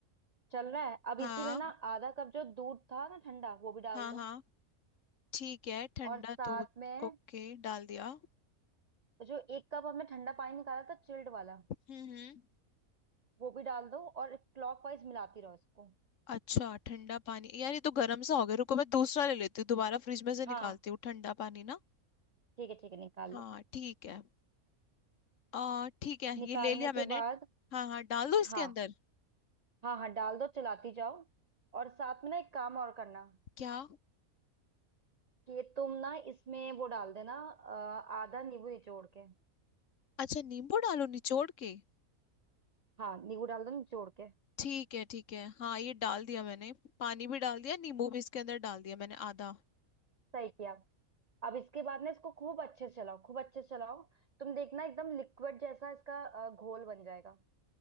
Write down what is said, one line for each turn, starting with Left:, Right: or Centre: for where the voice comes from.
Right: चल रहा है अब
Left: हाँ
Right: इसी में ना आधा कप जो दूध था ना ठंडा वो भी डाल
Left: हाँ
Right: दो
Left: हाँ ठीक है ठंडा
Right: और साथ
Left: दूध
Right: में
Left: ओके डाल दिया
Right: जो एक कप हमने ठंडा पानी निकाला था चिल्ड वाला
Left: हम्म हम्म
Right: वो भी डाल दो और क्लॉकवाइज मिलाती रहो इसको
Left: अच्छा ठंडा पानी यार ये तो गर्म सा हो गया रुको मैं दूसरा ले लेती हूँ दोबारा फ्रिज में से
Right: हाँ
Left: निकालती हूँ ठंडा पानी ना
Right: ठीक है ठीक है निकाल
Left: हाँ
Right: लो
Left: ठीक है आ ठीक है
Right: निकालने
Left: ये ले लिया
Right: के
Left: मैंने
Right: बाद
Left: हाँ हाँ डाल दो इसके
Right: हाँ
Left: अंदर
Right: हाँ हाँ डाल दो चलाती जाओ और साथ में ना एक काम और करना
Left: क्या
Right: कि तुम ना इसमें वो डाल देना अ, आधा नींबू निचोड़ के
Left: अच्छा नींबू डालो निचोड़ के
Right: हाँ नींबू डाल दो निचोड़ के
Left: ठीक है ठीक है हाँ ये डाल दिया मैंने पानी भी डाल दिया नींबू भी इसके अंदर डाल दिया मैंने आधा
Right: सही किया अब इसके बाद ना इसको खूब अच्छे से चलाओ खूब अच्छे से चलाओ तुम देखना एकदम लिक्विड जैसा इसका अ, घोल बन जाएगा